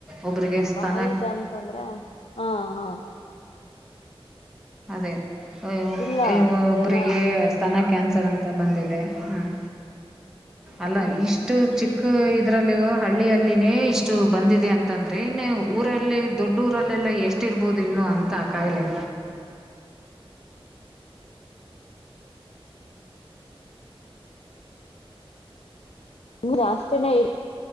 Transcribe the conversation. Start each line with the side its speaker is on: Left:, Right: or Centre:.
Centre: ಒಬ್ಬರಿಗೆ ಸ್ತನ
Left: ಬಾಯಿದ ಅಂತಂದ್ರೆ ಹಾ ಹ
Centre: ಅದೇ ಅಯ್ಯೋ
Left: ಇಲ್ಲ ಈಗೇನ
Centre: ಒಬ್ರಿಗೆ ಸ್ಥಾನಕ್ಕೆ ಕ್ಯಾನ್ಸರ್ ಅಂತ ಬಂದಿದೆ ಹಾಂ ಅಲ್ಲ
Left: ಹ್ಮ್
Centre: ಇಷ್ಟು ಚಿಕ್ಕ ಇದ್ರಲ್ಲಿವು ಹಳ್ಳಿಯಲ್ಲಿ ಲ್ಲಿನೆ ಇಷ್ಟು ಬಂದಿದೆ ಅಂತಂದ್ರೆ ಇನ್ನ ಊರಲ್ಲಿ ದೊಡ್ಡ ಊರಲ್ಲೆಲ್ಲ ಎಷ್ಟಿರ್ಬೋದು ಇನ್ನು ಅಂತ ಕಾಯಿಲೆ
Left: ಉ ನಿಮ ಜಾಸ್ತಿನೇ ಇ